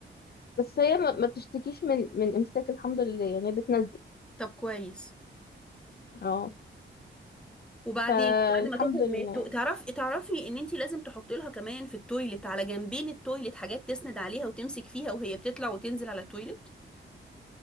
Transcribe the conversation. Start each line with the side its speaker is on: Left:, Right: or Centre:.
Left: بس هي ما ما بتشتكيش من من امساك الحمد لله يعني بتنزل
Centre: طب كويس
Left: اه
Centre: وبعدين
Left: فالحمد
Centre: بعد ما تخرج
Left: لله
Centre: من التو... تعرف تعرفي ان انت لازم تحط لها كمان في التويلت على جنبين التويلت حاجات تسند عليها وتمسك فيها وهي بتطلع وتنزل على التويلت